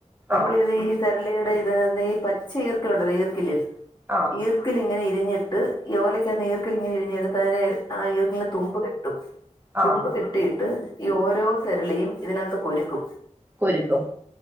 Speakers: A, on the left; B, on the right.
A: നമ്മളിത്
B: ആഹ്
A: ഈ കേരളിയുടെ ഇതിൽ നിന്ന് ഈ പച്ച ഈർക്കലുണ്ടല്ലോ ഈർക്കല്
B: ആഹ്
A: ഈർക്കൽ ഇങ്ങനെ ഇഴഞ്ഞിട്ട് ഈഓലയ്ക്ക് ഈർക്കലിങ്ങനെ ഇഴിഞ്ഞെടുത്ത് ആ ഈർക്കിന് തുമ്പ് കെട്ടും
B: ആഹ്
A: തുമ്പ് ഇട്ടിയിട്ട് ഈ ഓരോ തെരളിയും ഇതിനകത്ത് കുരുക്കും
B: കുരുക്കും